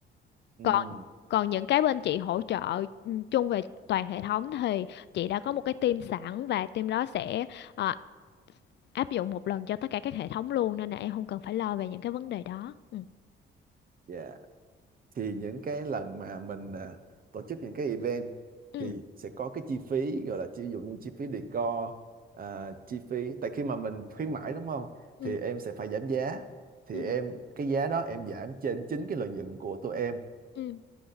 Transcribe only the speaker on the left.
còn còn những cái bên chị hỗ trợ ừ, chung về toàn hệ thống thì chị đã có một cái team sẵn và team đó sẽ ờ, áp dụng một lần cho tất cả các hệ thống luôn nên là em không cần phải lo về những cái vấn đề đó ừ.
Ừ.
Ừ.
Ừ.
Ừ.